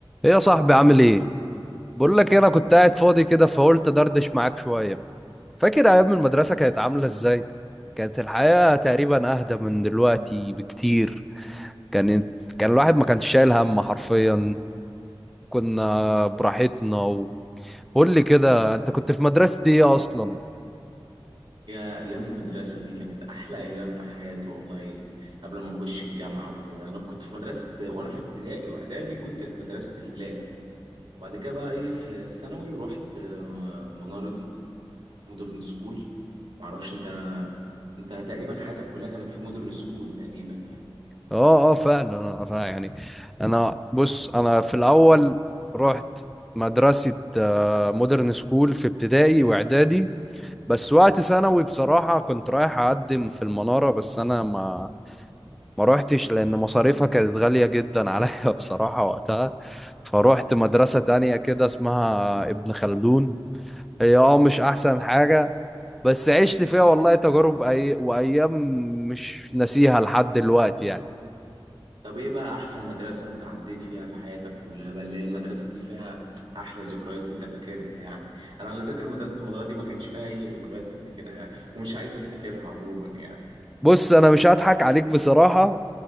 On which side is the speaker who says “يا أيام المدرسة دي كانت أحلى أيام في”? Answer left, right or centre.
Right